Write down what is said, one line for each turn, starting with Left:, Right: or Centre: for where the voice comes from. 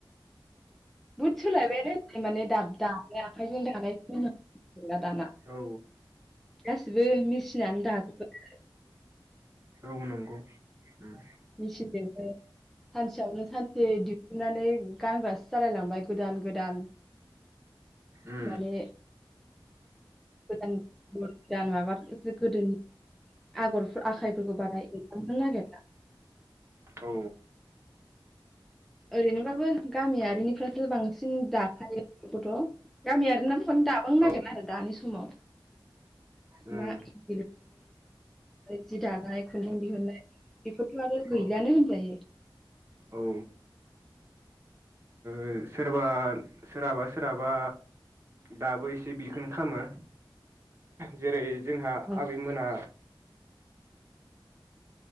Centre: बुहुत सोलायबाय माने दाब दानाय आखाइजों दानायखौ ला दाना
Right: औ
Centre: गासिबो मेचनानै दाजोबबाय
Right: औ नंगौ उम
Centre: मेचिनजोंनो सानसेयावनो सानसे दिहुननानै गानग्रासो जालायलांबाय गोदान गोदान
Right: उम
Centre: माने गोदान गोदान माबाफोर जो गोदोनि आगर आखाइफोरखौ बानाय <unintelligible>
Right: औ
Centre: ओरैनोबाबो गामियारिनिफ्रा बांसिन दाखायो बेखौथ' गामियारि नाबो दाबांनो
Right: औ
Centre: नागिरला आरो दानि समाव <unintelligible>
Right: उम
Centre: जि दानाय खुन्दुं दिहुनाय बेफोरथ' आरो गैलानो
Right: औ
Centre: होनजायो।
Right: औ ओ सोरबा सोरहाबा सोरहाबा दाबो एसे बिखौनो खालामो जेरै जोंहा
Centre: बांसिन
Right: आबैमोना